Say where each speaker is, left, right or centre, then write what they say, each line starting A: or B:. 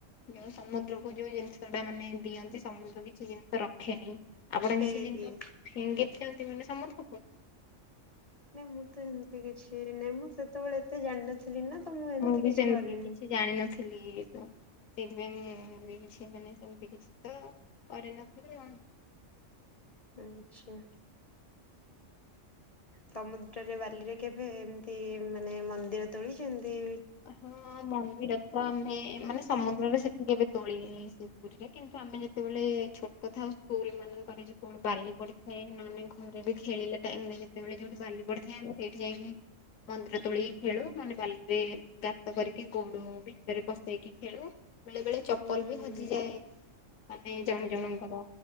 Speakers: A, on the left; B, on the left.
A: ଯୋଉ ସମୁଦ୍ରକୁୁ ଯୋଉ ଜିନିଷ ଟା ମାନେ ଦିଅନ୍ତି ସମୁଦ୍ର କିଛି ଜିନିଷ ରଖ ରଖେନି ଆପଣ
B: ଫେରେଇ
A: କିଛି ଜିନିଷ
B: ଦିଏ
A: ଫିଙ୍ଗିଛନ୍ତି ମାନେ ସମୁନ୍ଦ୍ରକୁ?
B: ନାଇଁ ମୁଁ ତ ଏମିତି କିଛି ନାଇଁ ମୁଁ ସେ ସେତେବେଳେ ଏତେ ଜାଣିନଥିଲି ନା ତ ମୁଁ ଏମିତି
A: ବି
B: କିଛି
A: ସେମିତି
B: କରିନି।
A: କିଛି ଜାଣିନଥିଲି ଥିଲି ମୁଁ। ସେଇଥିପାଇଁ ମୁଁ କିଛି ମାନେ ସେମିତି କିଛି ତ କରିନଥିଲି ଆଉ।
B: ଆଚ୍ଛା। ସମୁଦ୍ରରେ ବାଲିରେ କେବେ ଏମତି ମାନେ ମନ୍ଦିର ତୋଳିଛନ୍ତି?
A: ହଁ ମନ୍ଦିର ତ ଆମେ ମାନେ ସମୁଦ୍ରରେ ସେଠିକି କେବେ ତୋଳିନି ସେ ପୁରୀରେ କିନ୍ତୁ ଆମେ ଯେ ଯେତେବେଳେ ଛୋଟ ଥାଉ ସ୍କୁଲ ମାନଙ୍କରେ ଯେତେବେଳେ ବାଲି ପଡିଥାଏ ମାନେ ଘରେ ବି ଖେଳିଲା ଟାଇମରେ ସେତେବେଳେ ଯୋଉଠି ବାଲି ପଡିଥାଏ ସେଇଠି ଯାଇକି ମନ୍ଦିର ତୋଳିକି ଖେଳୁ ମାନେ ବାଲିରେ ଗାତ କରିକି ଗୋଡୁ ଭିତରେ ପସେଇକି ଖେଳୁ। ବେଳେ ବେଳେ ଚପଲ
B: ହୁଁ
A: ବି ହଜିଯାଏ ମାନେ ଜଣେ ଜଣଙ୍କର